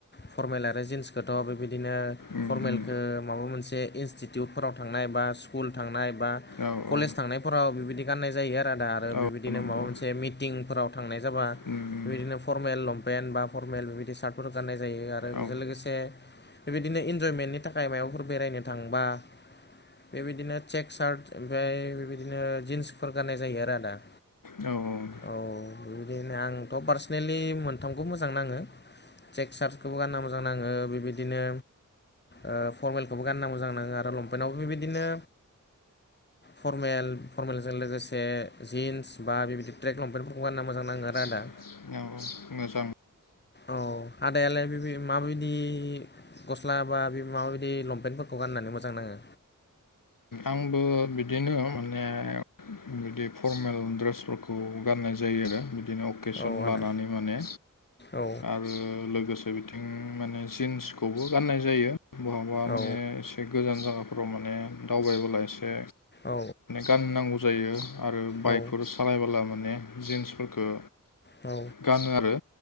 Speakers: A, on the left (about 35°); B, on the left (about 85°).
A: फरमेल आरो जिन्सखौथ' बेबायदिनो
B: उम
A: फरमेलखौ
B: उम
A: माबा मोनसे इनष्टिटिउटफोराव‌ थांनाय बा स्कूल थांनाय बा‌‌
B: औ
A: कलेज‌
B: औ
A: थांनाय फोराव बिबायदि गाननाय जायो आरो आदा आरो
B: औ
A: बेबायदिनो
B: नंगौ
A: माबा मोनसे मिटिंफोराव थांनाय जाबा
B: उम उम
A: बेबायदिनो फरमेल लंपेन्ट बा फरमेल बेबायदि सार्टफोर गाननाय जायो आरो
B: औ
A: बेजों लोगोसे बेबायदिनो इन्जयमेन्टनि थाखाय मायबाफोर बेरायनो थांबा बेबायदिनो चेक सार्ट ओमफ्राय बेबायदिनो जिन्सफोर गाननाय जायो आरो आदा
B: औ औ।
A: औ बिदिनो आंथ' पार्सनेलि मोनथामखौ मोजां नाङो। चेक चार्टखौ गानना मोजां नाङो बेबायदिनो। ओ फरमेलखौबो गानना मोजां नाङो आरो लंपेन्टावबो बेबायदिनो। Formal formal. जों लोगोसे जिन्स बा बेबायदि ट्रेक लंपेन्टफोरखौ गानना मोजां नाङो आरो
B: औ
A: आदा।
B: औ मोजां।
A: औ आदायालाय बेबि माबायदि। गस्ला बा बे माबाबायदि लंपेन्टफोरखौ गाननानै मोजां नाङो।
B: आंबो। बिदिनो माने। बिदि फरमेल ड्रेसफोरखौ गाननाय जायो आरो बिदिनो अकेसन
A: औ आदा
B: लानानै माने।
A: औ
B: आरो लोगोसे बिथिं माने जिन्सखौबो गाननाय जायो। बहाबा माने
A: औ
B: एसे गोजान जायगाफोराव माने दावबायबोला एसे।
A: औ
B: गाननांगौ जायो आरो बाइकफोर।
A: औ
B: सालायबोला माने जिन्सफोरखौ
A: औ
B: गानो आरो।